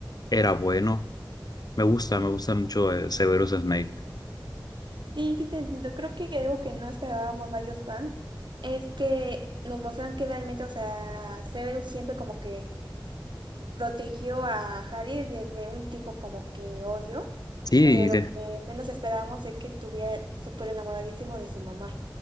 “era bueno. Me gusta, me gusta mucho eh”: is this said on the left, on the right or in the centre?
Left